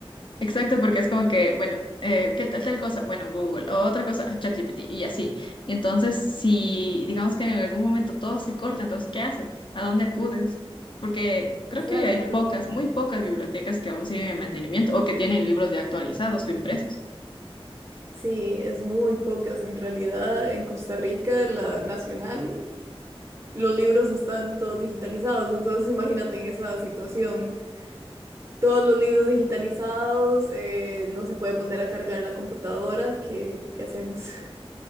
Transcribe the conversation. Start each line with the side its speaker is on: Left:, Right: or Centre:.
Left: Exacto, porque es como que, bueno, eh, ¿qué tal tal cosa? Bueno, Google, o otra cosa, ChatGPT, y así. Y entonces, si digamos que en algún momento todo se corta, entonces, ¿qué haces? ¿A dónde acudes? Porque
Right: Exacto.
Left: creo que hay pocas, muy pocas bibliotecas que aún siguen en mantenimiento o que tienen libros ya actualizados o impresos.
Right: Sí, es muy pocas en realidad. En Costa Rica, la nacional, los libros están todos digitalizados. Entonces, imagínate en esa situación. Todos los libros digitalizados, eh, no se puede poner a cargar la computadora. ¿Qué, qué hacemos? <laughs>